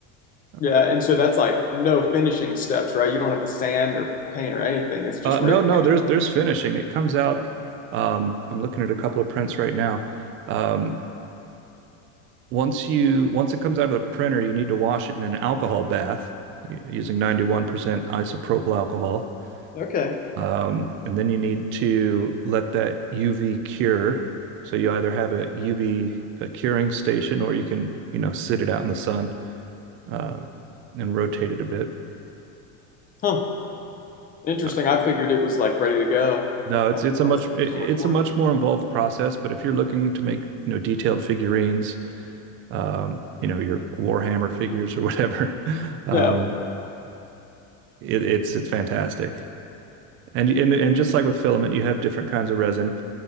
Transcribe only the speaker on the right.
Uh,
uh, no,
no, there's
there's finishing. It comes out. Um, I'm looking at a couple of prints right now. Um, once you once it comes out of the printer, you need to wash it in an alcohol bath u- using 91% isopropyl alcohol.
Um, and then you need to let that UV cure. So you either have a UV a curing station or you can, you know, sit it out in the sun uh, and rotate it a bit.
Uh,
no, it's
it's a
much
it's
a much more involved process, but if you're looking to make, you know, detailed figurines, um, you know, your Warhammer figures or whatever, <laughs> um,
it, it's it's fantastic. And, and and just like with filament, you have different kinds of resin.